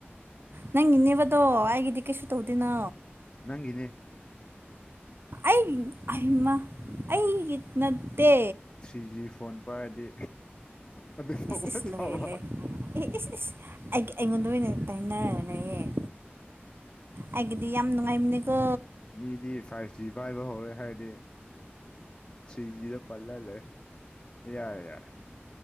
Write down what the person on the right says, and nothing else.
ꯅꯪ ꯏꯅꯦꯕꯗꯣ ꯑꯩꯒꯤꯗꯤ ꯀꯩꯁꯨ ꯇꯧꯗꯣꯏꯅꯣ
ꯑꯩꯒꯤ ꯑꯩꯃ ꯑꯩꯒꯤ ꯅꯠꯇꯦ
ꯏꯁ ꯏꯁ
ꯂꯣꯏꯔꯦ ꯂꯩ ꯑꯦ ꯏꯁ ꯏꯁ ꯑꯩ ꯑꯩꯉꯣꯟꯗ ꯑꯣꯏꯅꯝ ꯇꯥꯏꯅꯔꯒ ꯂꯩꯌ‌ꯦ ꯑꯩꯒꯤꯗꯤ ꯌꯥꯝ ꯅꯨꯡꯉꯥꯏꯃꯤꯅꯦꯀꯣ